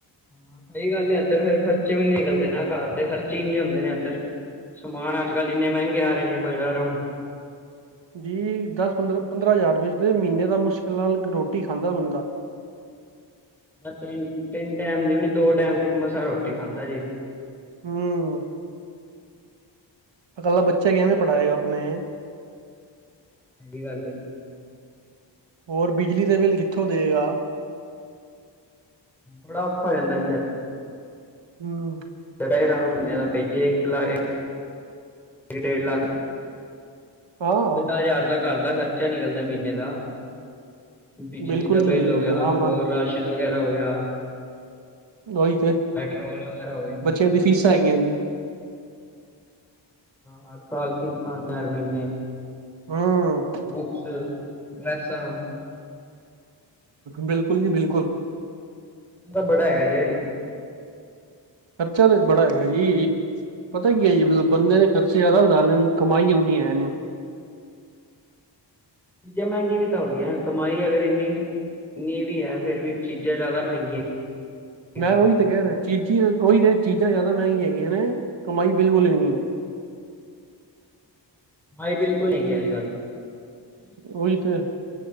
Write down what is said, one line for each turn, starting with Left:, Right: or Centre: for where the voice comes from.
Centre: ਹਾਂ ਸਹੀ ਗੱਲ ਇੱਧਰ ਫੇਰ ਖਰਚੇ ਵੀ ਨੀ ਨਿਕਲਦੇ ਨੇ ਕਾਰ ਦੇ ਖਰਚੇ ਹੀ ਇੰਨੇ ਹੁੰਦੇ ਨੇ ਏਧਰ ਸਮਾਨ ਅੱਜ ਕੱਲ੍ਹ ਇੰਨੇ ਮਹਿੰਗੇ ਆ ਰਹੇ ਨੇ ਬਜ਼ਾਰੋਂ।
Right: ਜੀ ਦਸ, ਪੰਦਰਾਂ ਪੰਦਰਾਂ ਹਜ਼ਾਰ ਵਿੱਚ ਦੇ ਮਹੀਨੇ ਦਾ ਮੁਸ਼ਕਿਲ ਨਾਲ ਰੋਟੀ ਖਾਂਦਾ ਬੰਦਾ। <inaudible>
Centre: ਤਿੰਨ-ਤਿੰਨ ਟਾਈਮ ਦੀ ਵੀ ਨੀ ਦੋ ਟੈਮ ਦੀ ਮਸਾ ਰੋਟੀ ਖਾਂਦਾ ਹੈ ਜੀ।
Right: ਹਮ ਅਗਲਾ ਬੱਚਾ ਕਿਵੇਂ ਪੜ੍ਹਾਏਗਾ ਆਪਣੇ।
Centre: ਸਾਹੀ ਗੱਲ ਏ।
Right: ਹੋਰ ਬਿਜਲੀ ਦੇ ਬਿੱਲ ਕਿੱਥੋਂ ਦੇਵੇਗਾ?
Centre: ਬੜਾ ਔਖਾ ਹੋ ਜਾਂਦਾ ਜੀ।
Right: ਹੂ
Centre: ਜੈ ਰਾਮ ਮੰਨੇ ਦਾ ਭੇਜਿਆਲਾ <unintelligible> ਇੱਕ ਡੇਢ ਲਾੱਖ-
Right: ਹਾਂ
Centre: ਪੰਦਰਾਂ ਹਜ਼ਾਰ ਦਾ ਘਰ ਦਾ ਖਰਚਾ ਨਿਕਲਦਾ ਐ, ਮਹੀਨੇ ਦਾ। ਬਿਜਲੀ
Right: ਬਿਲਕੁਲ
Centre: ਦਾ
Right: ਜੀ
Centre: ਬਿੱਲ
Right: ਬਿਲਕੁਲ
Centre: ਹੋ ਗਿਆ,
Right: ਆਰਾਮ
Centre: ਹੋਰ
Right: ਨਾਲ
Centre: ਰਾਸ਼ਨ ਵਗੈਰਾ ਹੋ ਗਿਆ।
Right: ਔਹੀ ਤੇ
Centre: ਪੈਟਰੋਲ ਵਗੈਰਾ ਹੋ ਗਏ।
Right: ਬੱਚਿਆਂ ਦੀ ਫੀਸਾਂ ਹੈਗੀਆਂ ਨੇ।
Centre: ਹਰ ਸਾਲ ਕਿਸ਼ਤਾਂ, ਹਰ ਮਹੀਨੇ-
Right: ਹੂੰ
Centre: ਬੁਕਸ, ਪੈਸਾ-
Right: ਬਿਲਕੁਲ ਜੀ ਬਿਲਕੁਲ।
Centre: ਤਾਂ ਬੜਾ ਹੈਗਾ ਜੇ
Right: ਖਰਚਾ ਵੀ ਬੜਾ ਹੈਗਾ ਜੀ। ਪਤਾ ਕੀ ਹੈ ਜੀ, ਬੰਦੇ ਨੇ ਖਰਚੇ ਜ਼ਿਆਦਾ ਵਧਾ ਲਏ ਨੇ, ਕਮਾਈ ਉਹਨੀ ਹੈ ਨਹੀਂ।
Centre: ਚੀਜ਼ਾਂ ਮਹਿੰਗੀ ਵੀ ਤਾਂ ਹੋ ਗਈਆਂ ਹੈਂ, ਕਮਾਈ ਅਗਰ ਇੰਨੀ- ਇਨੀ ਵੀ ਹੈ। ਫਿਰ ਵੀ ਚੀਜ਼ਾਂ ਜ਼ਿਆਦਾ ਮਹਿੰਗੀਆਂ- ਹੈਗੀਆਂ
Right: ਮੈਂ ਔਹੀ ਤੇ ਕਹਿ ਰਿਹਾ। ਚੀਜ਼ ਔਹੀ ਤੇ, ਚੀਜ਼ਾਂ ਜ਼ਿਆਦਾ ਮੈਗੀਆਂ ਹੈਗੀਆਂ ਨੇ, ਕਮਾਈ ਬਿਲਕੁਲ ਵੀ ਨਹੀਂ ਹੈ।
Centre: ਕਮਾਈ ਬਿਲਕੁਲ ਨੀ ਹੈਗੀ, ਅੱਜ ਕੱਲ੍ਹ
Right: ਔਹੀ ਤੇ